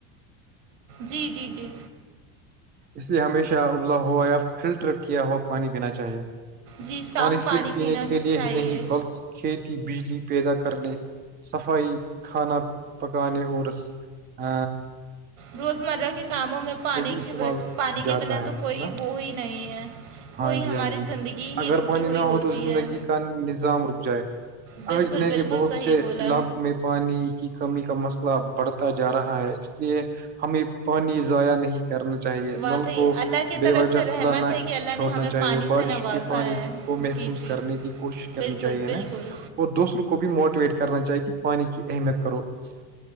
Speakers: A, on the right; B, on the right.
A: جی جی جی
B: اس لیے ہمیشہ ابلا ہوا یا فلٹر کیا ہوا پانی پینا چاہیے
A: جی صاف
B: پانی صرف پینے
A: پینا
B: کے لیئے
A: چاہیے
B: ہی نہیں بلکہ کھیتی بجلی پیدا کرنے صفائی کھانا پکانے اور ہ
A: روزمرہ کے کاموں میں پانی
B: استعمال
A: کے پانی
B: جاتا
A: کے بنا
B: ہے
A: تو کوئی
B: نا
A: وہ ہی نہیں ہے
B: ہاں
A: کوئی
B: جی
A: ہماری
B: ہاں جی
A: زندگی ہی
B: اگر
A: رکی
B: پانی
A: ہوئی
B: نہ
A: ہوتی
B: ہو تو زندگی
A: ہے
B: کا نظام رک جائے
A: بالکل
B: آج نے
A: بالکل
B: کے بہت
A: صحیح
B: سے
A: بولا
B: علاقوں میں پانی کی کمی کا مسئلہ بڑھتا جا رہا ہے اس لیے ہمیں پانی ضائع نہیں کرنا چاہیے
A: واقعی
B: نل کو
A: اللہ کی
B: بے
A: طرف
B: وجہ
A: سے رحمت
B: کھلا نہ
A: ہے کہ اللہ
B: چھوڑنا
A: نے ہمیں
B: چاہیے
A: پانی
B: بارش
A: سے نوازا
B: کی پانی
A: ہے
B: کو محفوظ
A: جی جی
B: کرنے کی کوشش کرنی
A: بالکل
B: چاہیے
A: بالکل
B: نا اور دوسروں کو بھی موٹیویٹ کرنا چاہیے کہ پانی کی اہمیت کرو <unintelligible>